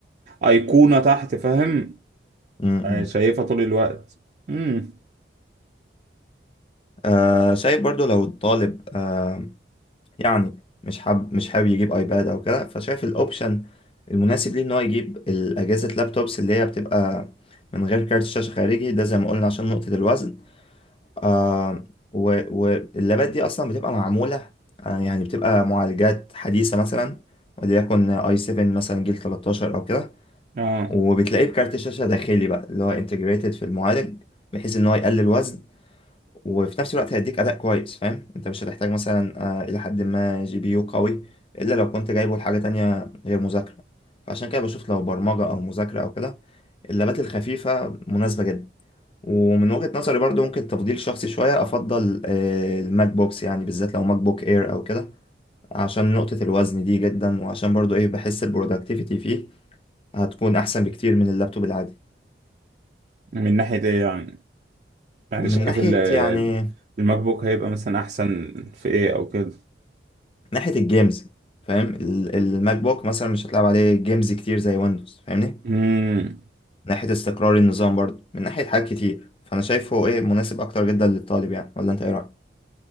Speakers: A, on the right (about 40°); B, on the left (about 30°).
A: ايقونة تحت فاهم
B: امم امم.
A: آه، شايفها طول الوقت امم
B: آه شايف برضو لو الطالب آه يعني مش حاب مش حابب يجيب ايباد او كده فشايف الاوبشن المناسب ليه ان هو يجيب الاجهزه اللابتوبس اللي هي بتبقى من غير كارت شاشه خارجي ده زي ما قلنا عشان نقطه الوزن آه و- واللابات دي اصلا بتبقى معموله آه يعني بتبقى معالجات حديثه مثلا وليكن اي 7 مثلا جيل 13 او كده
A: اه
B: وبتلاقيه بكارت شاشه داخلي بقى اللي هو انتجريتد في المعالج بحيث ان هو يقلل وزن وفي نفس الوقت هيديك اداء كويس فاهم انت مش هتحتاج مثلا آه، الى حد ما جي بي يو قوي الا لو كنت جايبه لحاجه تانية غير مذاكره فعشان كده بشوف لو برمجه او مذاكره او كده اللابات الخفيفه مناسبه جدا ومن وجهه نظري برضو ممكن تفضيل شخصي شويه افضل آه، الماك بوكس يعني بالذات لو ماك بوك اير او كده عشان نقطه الوزن دي جدا وعشان برضو ايه بحس البرودكتيفيتي فيه هتكون احسن بكتير من اللابتوب العادي
A: من ناحية ايه يعني يعني
B: من
A: شايف
B: ناحيه
A: ال-
B: يعني
A: الماك بوك هيبقى مثلا احسن في ايه او كده
B: ناحية الجيمز فاهم ال- الماك بوك مثلا مش هتلعب عليه جيمز كتير زي ويندوز فاهمني
A: امم
B: ناحية استقرار النظام برضه من ناحية حاجات كتير فأنا شايفه إيه مناسب أكتر جدا للطالب يعني ولا أنت إيه رأيك؟